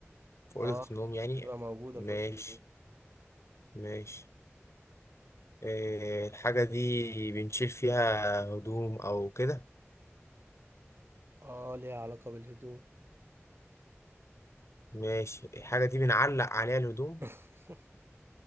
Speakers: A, on the left (about 75°); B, on the right (about 55°).
A: في أوضة
B: اه
A: النوم يعني
B: تبقى موجودة
A: ماشي
B: في أوضة النوم
A: ماشي آه الحاجة دي بنشيل فيها هدوم أو كده
B: اه ليها علاقة بالهدوم
A: ماشي الحاجة دي بنعلق عليها الهدوم
B: <laughs>